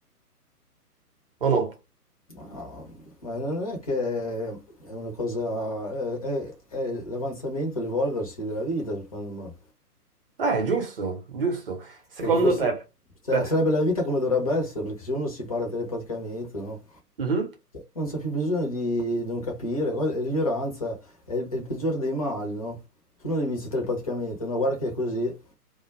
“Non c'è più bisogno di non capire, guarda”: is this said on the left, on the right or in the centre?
Left